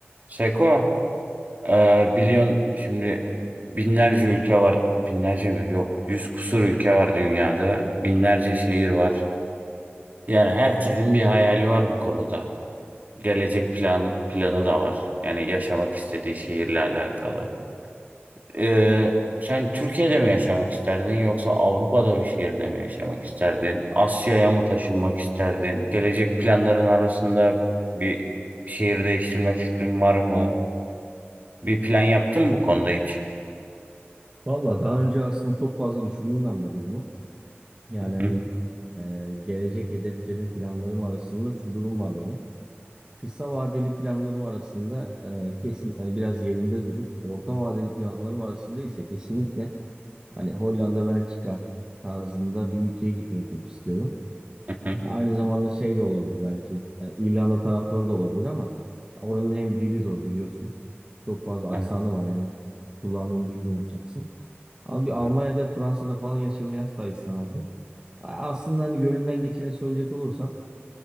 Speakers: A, on the right; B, on the right.
A: Seko, e, biliyorsun şimdi binlerce ülke var. Binlerce mi? Yok. Yüz kusur ülke var dünyada. Binlerce şehir var. Yani herkesin bir hayali var bu konuda. Gelecek plan planı da var. Yani yaşamak istediği şehirle alakalı. E, sen Türkiye'de mi yaşamak isterdin yoksa Avrupa'da bir şehirde mi yaşamak isterdin? Asya'ya mı taşınmak isterdin? Gelecek planların arasında bir şehir değiştirme fikrin var mı? Bir plan yaptın mı bu konuda hiç?
B: Valla daha önce aslında çok fazla düşündüm ben bu durumu. Yani
A: Hı
B: hani
A: hı
B: e, gelecek hedeflerim, planlarım arasında şu durum var benim. Kısa vadeli planlarım arasında e, kesinlikle hani biraz yerinde durup orta vadeli planlarım arasında ise kesinlikle hani Hollanda, Belçika tarzında bir ülkeye gitmeyi çok istiyorum.
A: hı. hı.
B: Aynı zamanda şey de olabilir belki e, İrlanda tarafları da olabilir ama oranın hem dili zor biliyorsun. Çok fazla
A: Evet.
B: aksanı var yani kullandığın dili de unutacaksın. Ama bir Almanya'da,
A: evet.
B: Fransa'da falan yaşamayı asla istemezdim. Aslında hani gönlümden geçeni söyleyecek olursam